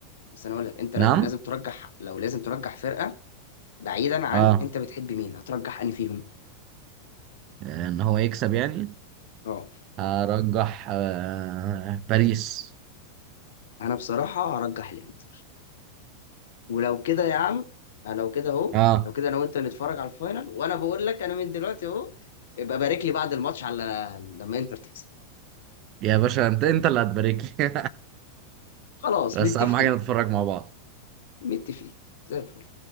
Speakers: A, on the left (about 60°); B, on the right (about 40°).
A: بس انا اقول لك انت
B: نعم
A: لو لازم ترجح لو لازم ترجح فرقه بعيدا عن
B: اه
A: انت بتحب مين هترجح انهي فيهم
B: ان هو يكسب يعني
A: اه
B: هرجح آه باريس
A: انا بصراحه هرجح الانتر ولو كده يا عم لو كده اهو
B: اه
A: لو كده انا وانت نتفرج على الفاينل وانا بقول لك انا من دلوقتي اهو ابقى بارك لي بعد الماتش على لما انتر تكسب
B: يا باشا انت انت اللي هتبارك لي
A: خلاص
B: <laughs> بس
A: متفقين
B: اهم حاجه نتفرج مع بعض
A: متفقين زي الفل